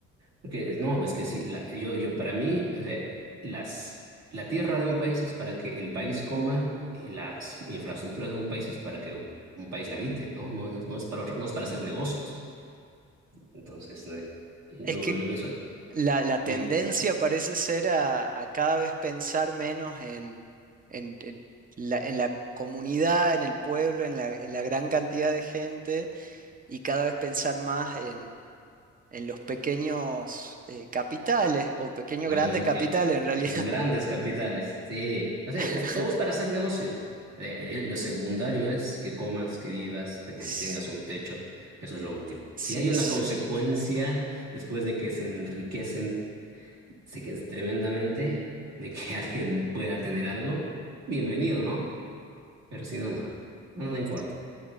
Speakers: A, on the right; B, on the right.
A: Porque, no, es que sí, la- yo, yo, para mí, o sea, las, la tierra de un país es para que el país coma y las infraestructuras de un país es para que un, un país la habite, ¿no? No, no, no es para otra, no es para hacer negocios. Entonces, no, yo,
B: Es que
A: yo pienso,
B: la, la tendencia
A: di-
B: parece ser a, a cada vez pensar menos en, en- en la, en la comunidad, en el pueblo, en la en la gran cantidad de gente y cada vez pensar más en, en los pequeños eh, capitales o pequeños
A: el-
B: grandes capitales
A: eh,
B: en realidad.
A: eh, los grandes capitales, sí, o sea,
B: <laughs>
A: es, todo es para hacer negocio. Eh, eh, lo secundario es que comas, que vivas, que te-
B: S-
A: tengas un techo, eso es lo último. Si
B: Sí,
A: hay una
B: se,
A: consecuencia después de que se enriquecen, sí que es tremendamente, de que <laughs> alguien pueda tener algo, bienvenido, ¿no? Pero si no, no, no, no importa.
B: sí,